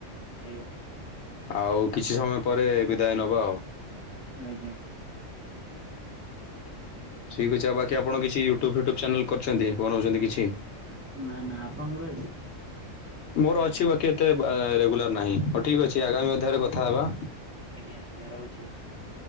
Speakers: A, on the right; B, on the left.
A: ଆଜ୍ଞା।
B: ଆଉ କିଛି ସମୟ ପରେ ବିଦାୟ ନବ ଆଉ।
A: ଆଜ୍ଞା।
B: ଠିକ୍ ଅଛି ଆଉ ବାକି ଆପଣ କିଛି ୟୁଟ୍ୟୁବ ଫୁଟ୍ୟୁବ ଚ୍ୟାନେଲ କରିଚନ୍ତି ବନଉଚନ୍ତି କିଛି?
A: ନା ନା ଆପଣଙ୍କର ଅଛି?
B: ମୋର ଅଛି ବାକି ଏତେ ଅ ରେଗୁଲାର ନାହିଁ ହଉ ଠିକ୍ ଅଛି ଆଗାମୀ ଅଧ୍ୟାୟ ରେ କଥା ହବା।
A: ଆଜ୍ଞା ଆଜ୍ଞା ରହୁଚି ଆଜ୍ଞା।